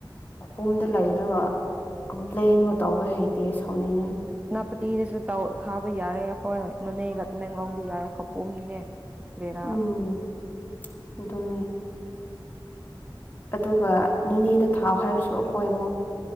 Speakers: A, on the left; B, on the right.
A: ꯃꯄꯨꯝꯗ ꯂꯩꯔꯒ ꯀꯝꯄ꯭ꯂꯦꯟꯒ ꯇꯧꯕ ꯍꯩꯇꯦ ꯁꯧꯅꯤꯡꯉꯦ
B: ꯁꯦꯅꯥꯄꯇꯤꯗꯁꯨ ꯇꯧ ꯊꯥꯕ ꯌꯥꯔꯦ ꯑꯈꯣꯏ ꯅꯣꯅꯦꯒ ꯇꯃꯦꯡꯂꯣꯡꯗꯤ ꯌꯥꯔꯦ ꯈꯧ ꯄꯨꯝꯅꯦ ꯕꯦꯔꯥ
A: ꯎꯝ ꯑꯗꯨꯅꯦ ꯑꯗꯨꯒ ꯅꯣꯅꯦꯗ ꯊꯥꯎ ꯍꯥꯏꯔꯁꯨ ꯑꯩꯈꯣꯏ ꯑꯃꯨꯛ